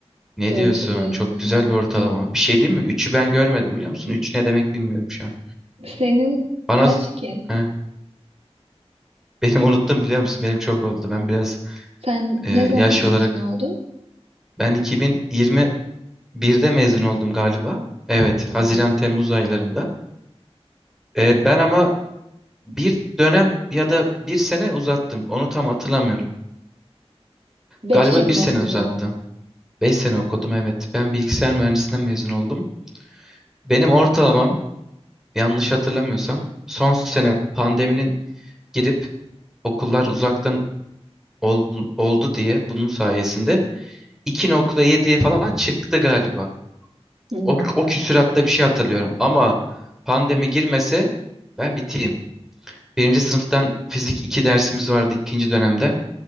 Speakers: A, in the centre; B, on the right (about 70°).
A: Ne
B: 4
A: diyorsun?
B: üzerinden.
A: Çok güzel bir ortalama.
B: Evet.
A: Bir şey değil mi? Üçü ben görmedim biliyor musun? Üç ne demek bilmiyorum şu an.
B: Senin
A: Bana
B: kaç ki?
A: Heh, <laughs> benim unuttum biliyor musun? Benim çok oldu. Ben biraz
B: Sen
A: e,
B: ne zaman
A: yaş
B: mezun
A: olarak
B: oldun?
A: ben 2021'de mezun oldum galiba. Evet,
B: Oo,
A: Haziran Temmuz aylarında. E, ben ama bir dönem ya da bir sene uzattım. Onu tam hatırlamıyorum.
B: 5
A: Galiba
B: yıl mı
A: bir sene
B: okudun?
A: uzattım. 5 sene okudum evet. Ben bilgisayar mühendisliğinden mezun oldum. Benim ortalamam yanlış hatırlamıyorsam son sene pandeminin girip okullar uzaktan ol- oldu diye bunun sayesinde iki nokta yediye falan çıktı galiba.
B: Hmm.
A: O, o küsüratta bir şey hatırlıyorum ama pandemi girmese ben biteyim. Birinci sınıftan fizik 2 dersimiz vardı ikinci dönemden.